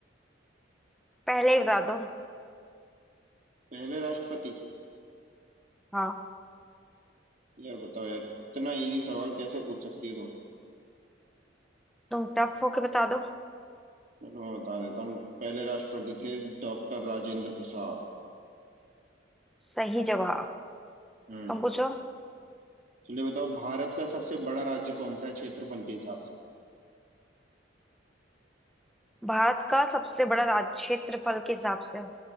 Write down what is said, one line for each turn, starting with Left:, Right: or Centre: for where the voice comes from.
Centre: पहले ही बता दो
Right: पहले राष्ट्रपति
Centre: हाँ
Right: यार बताओ यार इतना इजी सवाल कैसे पूछ सकती है तुम
Centre: तुम टफ होके बता दो
Right: चलो मैं बता देता हूँ पहले राष्ट्रपति थे डॉक्टर राजेंद्र प्रसाद
Centre: सही जवाब
Right: हम्म
Centre: तुम पूछो
Right: चलिए बताओ भारत का सबसे बड़ा राज्य कौन सा है क्षेत्रफल के हिसाब से
Centre: भारत का सबसे बड़ा राज्य क्षेत्रफल के हिसाब से